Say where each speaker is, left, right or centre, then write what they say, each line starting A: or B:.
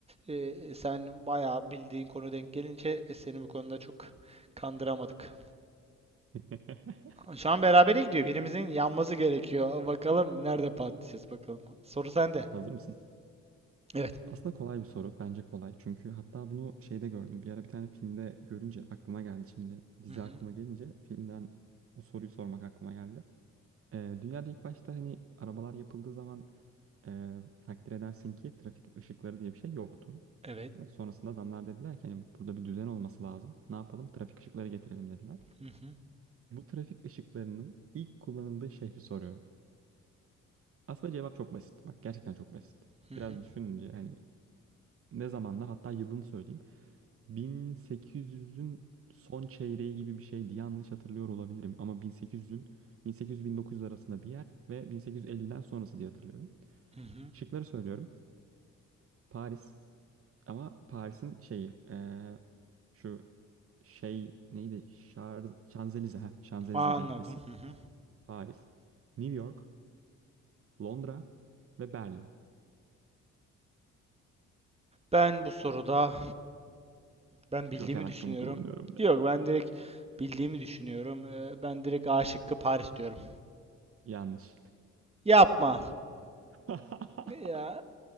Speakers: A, on the right (about 20°); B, on the right (about 50°).
A: e, sen bayağı bildiğin konu denk gelince e, seni bu konuda çok kandıramadık.
B: <laughs>
A: Şu an berabere gidiyor. Birimizin yanması gerekiyor. Bakalım nerede patlayacağız bakalım. Soru sende.
B: <clears throat> Hazır mısın?
A: Evet.
B: Aslında kolay bir soru. Bence kolay. Çünkü hatta bunu şeyde gördüm. Bir ara bir tane filmde görünce aklıma geldi. Şimdi dizi
A: Hı hı.
B: aklıma gelince filmden o soruyu sormak aklıma geldi. Ee, dünyada ilk başta hani arabalar yapıldığı zaman e, takdir edersin ki trafik ışıkları diye bir şey yoktu.
A: Evet.
B: Yani sonrasında adamlar dediler ki hani burada bir düzen olması lazım. Ne yapalım? Trafik ışıkları getirelim dediler.
A: Hı hı.
B: Bu trafik ışıklarının ilk kullanıldığı şehri soruyorum. Aslında cevap çok basit. Bak gerçekten çok basit.
A: Hı hı.
B: Biraz düşününce hani ne zamanlar hatta yılını söyleyeyim. 1800'ün son çeyreği gibi bir şeydi. Yanlış hatırlıyor olabilirim ama 1800'ün 1800-1900 arasında bir yer ve 1850'den sonrası diye hatırlıyorum.
A: Hı hı.
B: Şıkları söylüyorum. Paris ama Paris'in şeyi eee, şu şey neydi? Şar Şanzelize ha Şanzelize
A: Anladım.
B: Caddesi.
A: Hı hı.
B: Paris, New York, Londra ve Berlin.
A: Ben bu soruda ben bildiğimi
B: Joker hakkımı
A: düşünüyorum.
B: kullanıyorum diye.
A: Yok ben direkt bildiğimi düşünüyorum. Ee, ben direkt A şıkkı Paris diyorum.
B: Yanlış.
A: Yapma.
B: <laughs>
A: Ya